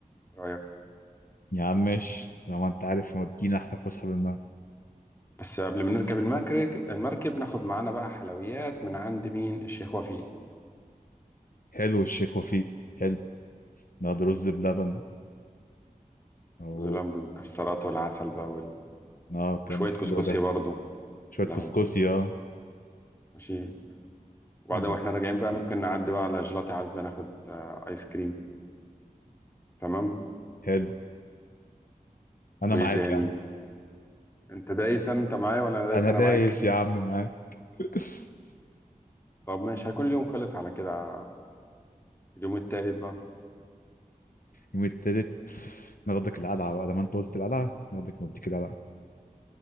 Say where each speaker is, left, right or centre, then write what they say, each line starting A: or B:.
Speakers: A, on the left; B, on the left.
A: إيه رأيك
B: يا عم ماشي طبعا انت عارف مودينا احنا فسحه بالمعنى
A: بس قبل ما نركب المركب المركب ناخد معانا بقى حلويات من عند مين الشيخ وفيق
B: حلو الشيخ وفيق حلو نقعد رز بلبن او
A: ظلام بالمكسرات والعسل بقى وال...
B: اه
A: وشوية
B: كم حلو
A: كسكسي
B: ده
A: برضو
B: شوية
A: اللبن
B: كسكسي
A: برضو
B: اه
A: ماشي وبعدين
B: ناخد.
A: واحنا راجعين بقى ممكن نعدي بقى على جيلاتي عزة ناخد آه، آيس كريم تمام
B: حلو انا
A: وإيه
B: معاك
A: تاني
B: يا عم
A: أنت دايس أنت معايا ولا أنا دايس
B: انا
A: أنا
B: دايس
A: معاك
B: يا عم معاك <laughs>
A: <laughs> طب ماشي هيكون اليوم خلص على كده اليوم التالت بقى
B: يوم التالت ناخدك القلعة بقى لما انت قلت القلعة ناخدك نوديك القلعة